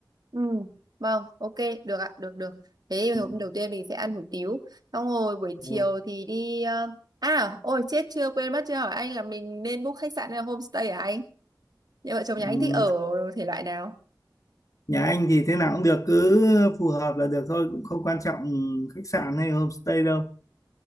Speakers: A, on the right (about 55°); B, on the left (about 45°).
A: Ừ, vâng, ok, được ạ, được được. Thế thì
B: Ừ.
A: hôm đầu tiên mình sẽ ăn hủ tiếu. Xong rồi buổi chiều
B: Ừ.
A: thì đi ờ, à, ôi chết chưa quên mất chưa hỏi anh là mình nên book khách sạn hay là homestay hả anh? Nhà vợ chồng
B: Ừm,
A: nhà anh thích ở thể loại nào?
B: nhà anh thì thế nào cũng được cứ phù hợp là được thôi cũng không quan trọng khách sạn hay homestay đâu